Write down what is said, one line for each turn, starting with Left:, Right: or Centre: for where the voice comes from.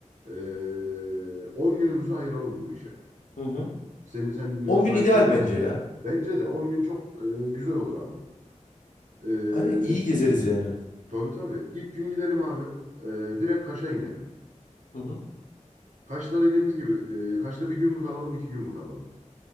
Right: Ee, 10 günümüzü ayıralım bu işe.
Left: Hı hı.
Right: Senin, senin de
Left: 10
Right: müsaitliğin
Left: gün ideal
Right: varsa
Left: bence
Right: eğer.
Left: ya.
Right: Bence de 10 gün çok e, güzel olur abi. Ee,
Left: Hani iyi gezeriz yani.
Right: tabii tabii. İlk gün gidelim abi. Ee, direkt Kaş'a inelim.
Left: Hı hı.
Right: Kaş'ta dediğimiz gibi, e, Kaş'ta bir gün mü kalalım, iki gün mü kalalım?